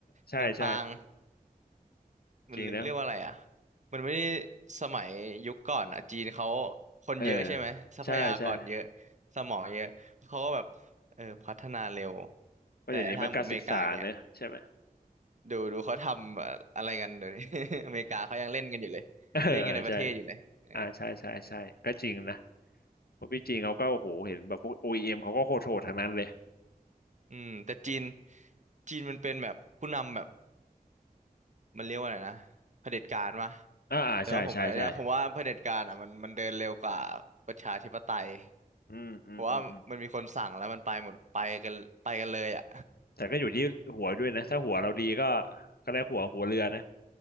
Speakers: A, on the left; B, on the right.
A: ใช่ใช่
B: ค่อนข้าง มันเรีเรียกว่าอะไรอ่ะ
A: จริงแล้ว
B: มันไม่ได้สมัยยุคก่อนอ่ะจีนเขาคนเยอะใช่ไหมทรัพยากรเยอะ
A: เออใช่ใช่
B: สมองเยอะเขาก็แบบเออพัฒนาเร็ว
A: เพราะเดี๋ยวนี้มันการศึกษาเนอะใช่ไหม
B: แต่ถ้าหมดอเมริกาเงี้ยดูดูเขาทำแบบอะไรกันเดี๋ยวนี้ <laughs> อเมริกาเขายังเล่นกันอยู่เลยเล่นกันในประเทศอยู่เลยเออ
A: <laughs> เออใช่อ่าใช่ใช่ใช่ก็จริงนะ เพราะพี่จีนเขาก็โอ้โหเห็นแบบพวก OEM เอ็มเขาก็โคตรโหดทั้งนั้นเลย
B: อืมแต่จีนจีนมันเป็นแบบผู้นำแบบมันเรียกว่าอะไรนะเผด็จการวะ
A: อ่าอ่าใช่ใช่ใช่
B: แต่ว่าผมอันเนี้ยผมว่าเผด็จการอ่ะมันมันเดินเร็วกว่าประชาธิปไตย
A: อืมอืมอืมอืม
B: เพราะว่ามันมีคนสั่งแล้วมันไปหมดไปกันไปกันเลยอ่ะ
A: แต่ก็อยู่ที่หัวด้วยนะถ้าหัวเราดีก็ก็ได้หัวหัวเรือนะ